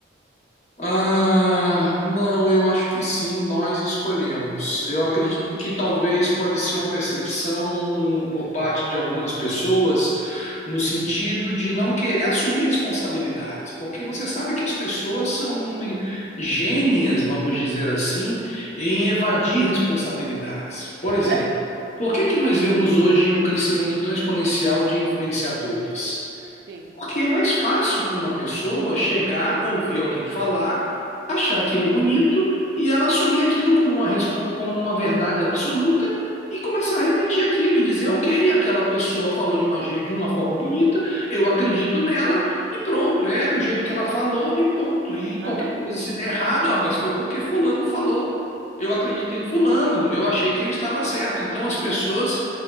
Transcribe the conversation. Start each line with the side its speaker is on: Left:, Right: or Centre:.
Left: Ah, não, eu acho que sim, nós escolhemos. Eu acredito
Right: Aham,
Left: que talvez pode ser uma percepção por parte de algumas pessoas no sentido de não querer assumir responsabilidades, porque você sabe que as pessoas são
Right: sim.
Left: gênias, vamos dizer assim, em evadir responsabilidades. Por exemplo,
Right: <laughs>
Left: por que que nós vemos hoje um crescimento tão exponencial de influenciadores?
Right: Sim.
Left: Porque é mais fácil para uma pessoa chegar, ouvir alguém falar, achar aquilo bonito e ela assumir aquilo como uma, respon- como uma verdade absoluta e começar a repetir aquilo e dizer, ok, aquela pessoa falou de uma, je- de uma forma bonita, eu acredito nela e pronto, é do jeito que ela falou e ponto. E qualquer
Right: Aham,
Left: coisa, se der errado, ah, mas foi porque fulano falou. Eu acreditei em fulano, eu achei que ele estava certo. Então as pessoas